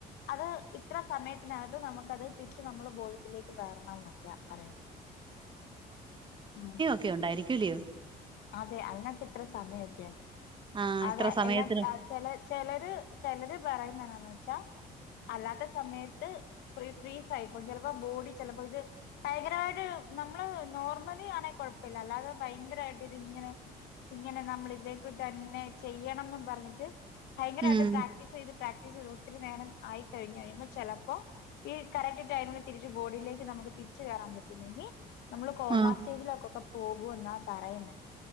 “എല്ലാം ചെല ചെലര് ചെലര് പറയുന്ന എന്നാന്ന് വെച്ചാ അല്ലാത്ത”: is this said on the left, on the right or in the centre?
Left